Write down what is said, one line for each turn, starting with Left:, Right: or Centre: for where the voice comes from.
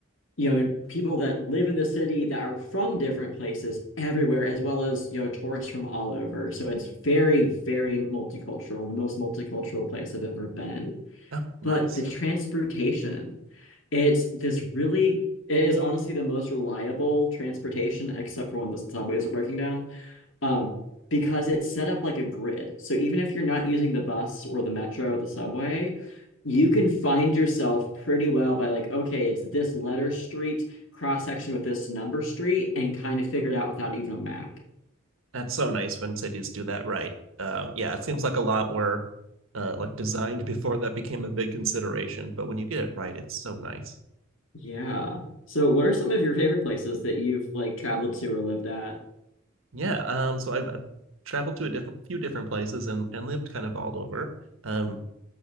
Left: you know people that live in the city that are from different places everywhere as well as you know tourists from all over so it's very very multicultural the most multicultural place i've ever been
Right: Oh, nice.
Left: but the transportation it's this really it is honestly the most reliable transportation except for when the subways are breaking down um, because it's set up like a grid. So even if you're not using the bus or the metro or the subway, you can find yourself pretty well by like, okay, it's this letter street cross section with this number street, and kind of figure it out without even a map.
Right: That's so nice when cities do that right. Um, yeah, it seems like a lot were uh, like designed <laughs> before that became a big consideration, but when you get it right, it's so nice.
Left: Yeah. So what are some of your favorite places that you've like traveled to or lived at?
Right: Yeah. Um. So I've, I've traveled to a different few different places and and lived kind of all over. Um.